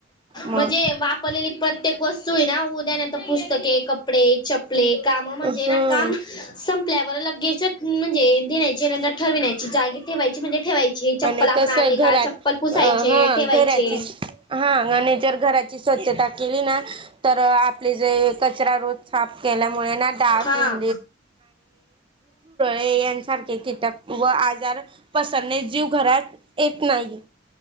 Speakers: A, on the right; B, on the left.
A: मग
B: म्हणजे वापरलेली प्रत्येक त ना उद्या न तर पुस्तके कपडे चपले काम म्हणजे
A: हम्म
B: ना काम सं आपल्यावर लगेच म्हणजे देण्यायची नंतर ठरविण्यायची जागी ठेवायची म्हणजे ठेवायची चप्पल
A: आणि
B: आपण
A: कस
B: आले
A: घरात
B: का चप्पल पुसायचे
A: ह
B: ठेवायचे
A: घराची हा मनेजर घरा स्व केली आप ज क रोज केल्यामुळे ु
B: हा
A: यांार कीटक बाज पसरने जीव घरात येत नाही